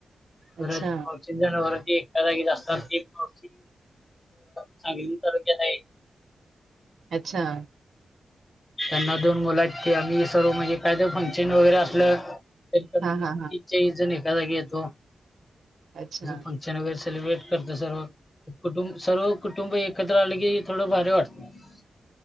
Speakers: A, on the left (about 20°); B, on the right (about 75°).
A: परत
B: अच्छा
A: मावशे जणावर एका जागीच असतात ते पा सांगली तालुक्यात आहे
B: अच्छा!
A: त्यांना दोन मुला आहेत क आम्ही सर्व म्हणजे काय तर फंक्शन वगैरे असलं <inaudible> जागी
B: हा हा हा
A: येतो
B: अच्छा
A: फंक्शन वगैरे सेलिब्रेट करत सर्व कुटुं सर्व कुटुंब एकत्र आलं की थोडं भारी वाटतं